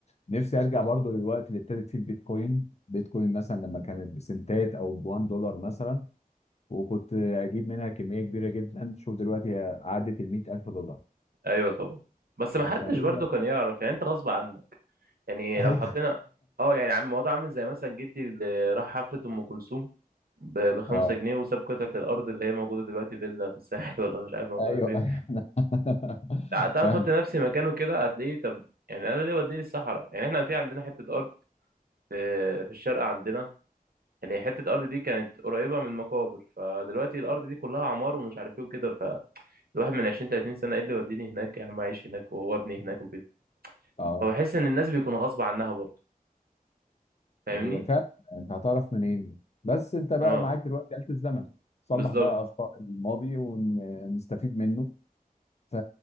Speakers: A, on the left; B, on the right.
A: نفسي ارجع برضو للوقت اللي ابتدت فيه البيتكوين بيتكوين مثلا لما كانت بسنتات او بوان دولار مثلا وكنت اجيب منها كميه كبيره جدا شوف دلوقتي هي عدت ال 100000 دولار
B: أيوه طبعا بس محدش
A: فهي
B: برضه كان يعرف يعني أنت غصب عنك يعني
A: ايوه
B: لو حطينا أه يعني عم الموضوع عامل زي مثلا جدي اللي راح حفلة أم كلثوم ب-
A: <laughs>
B: بخمسة
A: اه
B: جنيه وساب قطعة الأرض اللي هي موجودة دلوقتي فيلا في الساحل <laughs> ولا مش عارف موجودة
A: ايوه
B: فين
A: انا <laughs>
B: تع- تعال
A: فاهم
B: نحط نفسي مكانه كده هتلاقيه طب يعني انا ليه وديني الصحراء يعني احنا في عندنا حتة ارض في في الشارقة عندنا يعني حتة الارض دي كانت قريبة من مقابر فدلوقتي الارض دي كلها عمار ومش عارف ايه وكده فالواحد من 20 30 سنة ايه اللي وديني هناك يا عم عايش هناك وابني هناك وكده
A: اه
B: فبحس ان الناس بيكون غصب عنها برضه فاهمني
A: هي فعلا انت هتعرف منين بس انت بقى
B: اه
A: معاك دلوقتي آلة الزمن صلح
B: بالظبط
A: بقى اخطاء الماضي ونستفيد منه ف...